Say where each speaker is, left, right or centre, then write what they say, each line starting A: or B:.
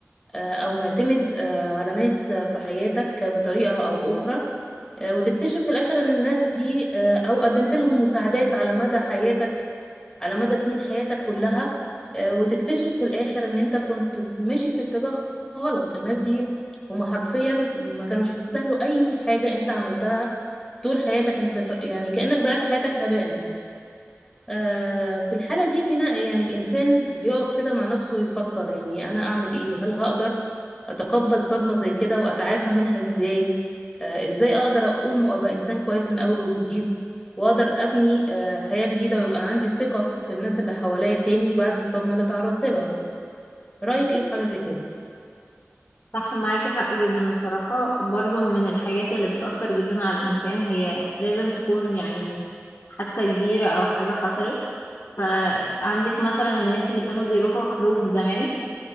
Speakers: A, on the left (about 15°); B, on the left (about 65°).
A: آه، او معتمد آه، على ناس آه، في حياتك آه، بطريقة او باخرى آه، وتكتشف في الاخر ان الناس دي آه، او قدمت لهم مساعدات على مدى حياتك على مدى سنين حياتك كلها آه، وتكتشف في الآخر إن أنت كنت ماشي في اتجاه غلط الناس دي هما حرفيا ما كانوش يستاهلوا أي حاجة أنت عملتها طول حياتك أنت ط- يعني كأنك ضيعت حياتك هباء آه، في الحالة دي فينا يعني الإنسان بيقف كده مع نفسه ويفكر يعني أنا أعمل إيه هل هقدر أتقبل صدمة زي كده وأتعافى منها إزاي آه، إزاي أقدر أقوم وأبقى إنسان كويس من أول وجديد وأقدر أبني آه، حياة جديدة ويبقى عندي ثقة في الناس اللي حواليا تاني بعد الصدمة اللي تعرضت لها رأيك إيه في حاجة زي كده؟
B: صح معاكي حق جدا بصراحة برضو من الحاجات اللي بتأثر جدا على الإنسان هي لازم تكون يعني حادثة كبيرة أو حاجة حصلت فعندك مثلا الناس اللي كانوا بيروحوا حروب زمان